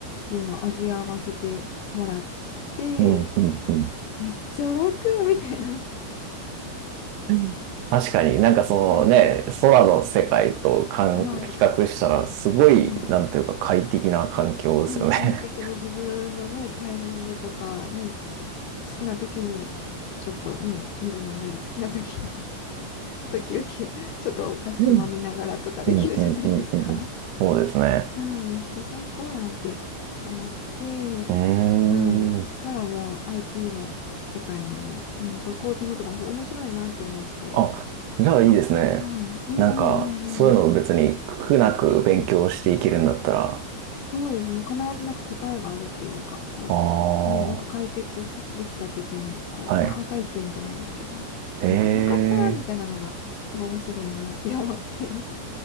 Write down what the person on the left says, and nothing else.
いうのを味わわせてもらって、
めっちゃ楽みたいな。
はい。
うんはい。
うん。
そう、快適も自分のね、タイミングとか、ね、つ好きな時に、ちょっとね、水飲んだり、好きな時に、<laughs> ちょっと休憩、ちょっとお菓子つまみながらとかできるじゃないですか。
うん、めっちゃ最高やんって思って、
はい。そしたらもう IT の世界にも、うん、そう、コーディングとかもすごい面白いなって思って、
はい。うんうんうんうん。
うん。そうですね。必ずなんか答えがあるっていうか、こう、
ね、なんか解決さできた時に、こう、
アハ体験じゃないですけど、
なんか分かったみたいなのが、
すごい面白いなって思って、